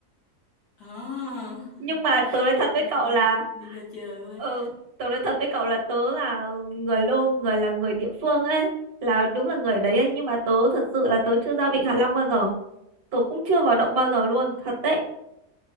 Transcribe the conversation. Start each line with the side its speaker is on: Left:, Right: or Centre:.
Left: à. <laughs>
Right: nhưng mà tớ nói thật
Left: vậy bữa
Right: với
Left: nào
Right: cậu
Left: phải
Right: là
Left: đi đi ra chơi với
Right: ừ tớ nói thật với cậu là tớ là người lô người là người địa phương ấy là đúng là người đấy ấy nhưng mà tớ thật sự là tớ chưa ra Vịnh Hạ Long bao giờ tớ cũng chưa vào động bao giờ luôn
Left: ờ
Right: thật đấy